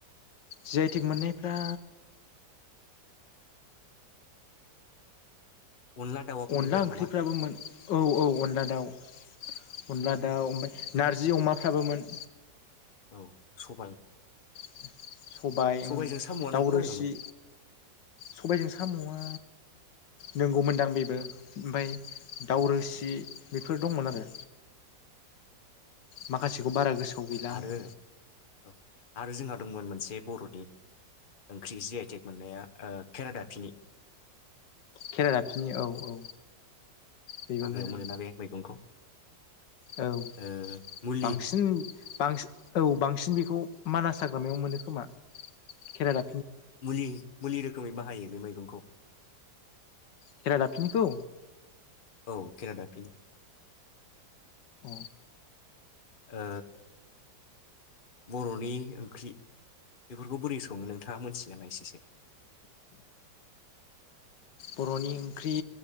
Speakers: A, on the left; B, on the left.
A: जि आइ थटिक मोननाय। फ्रा।
B: अनला दाउआबो
A: अनला
B: मोनबायमोन
A: ओंख्रिफ्राबोमोन
B: नामा
A: औ औ अनला दाउ। अनदला दाउ ओमफ्राय नारजि अमाफ्राबोमोन।
B: औ सबाय।
A: सबायओ
B: सबायजों साम'आ
A: दाउ
B: नंगौना
A: रोसि
B: नङामोन
A: सबायजों साम'आ
B: औ
A: नंगौमोनदां बे। ओमफ्राय दाउरोसि बेफोर दंमोन आरो माखासेखौ बारा गोसोआव। गैला आंबो
B: आरो ओम। आरो जोंहा दंमोन मोनसे बर'नि ओंख्रि जि आइटेक मोननाया केराडापिनि।
A: केरालाफिनि औ औ। बेबोमोन
B: हाग्रायाव
A: ओं
B: मोनोना बे मैगंखौ।
A: औ
B: ओ मुलि
A: बांसिन। बांसिन औ बांसिन बेखौ मानास हाग्रामायाव मोनो खोमा केराला।
B: मुलि मुलिरो। रोखोमै बाहायो बे मैगंखौ।
A: खेला दाफनिखौ।
B: औ केराडाफिनि।
A: अ।
B: ओ बर'नि ओंख्रि बेफोरखौ बोरै सङो नोंथाङा मोनथियो नामा एसेसो।
A: बर'नि ओंख्रि